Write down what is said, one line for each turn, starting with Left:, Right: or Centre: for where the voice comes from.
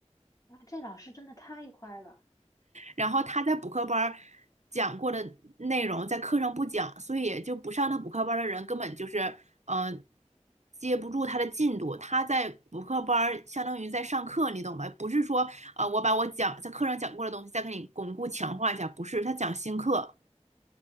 Left: 啊，这老师真的太坏了。
Right: 然后他在补课班儿讲过的内容在课上不讲，所以就不上他补课班儿的人根本就是嗯、呃接不住他的进度。他在补课班儿相当于在上课，你懂吧？不是说呃我把我讲在课上讲过的东西再给你巩固强化一下，不是，他讲新课，